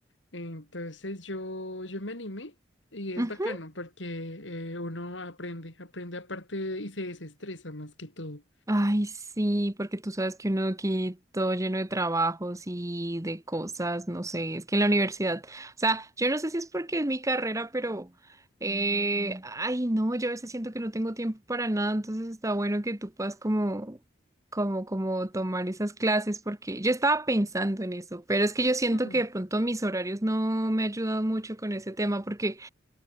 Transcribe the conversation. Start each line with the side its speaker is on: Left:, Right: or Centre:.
Left: Entonces yo, yo me animé y es
Right: Ujú.
Left: bacano porque eh, uno aprende, aprende aparte de- y se desestresa más que todo.
Right: Ay, sí, porque tú sabes que uno aquí todo lleno de trabajos y de cosas, no sé, es que en la universidad, o sea, yo no sé si es porque es mi carrera, pero, eh, ay, no, yo a veces siento que no tengo tiempo para nada, entonces está bueno que tú puedas como, como, como tomar esas clases, porque yo estaba pensando en eso, pero es que yo siento
Left: Mm,
Right: que de pronto mis horarios no me ayudan mucho con ese tema, porque,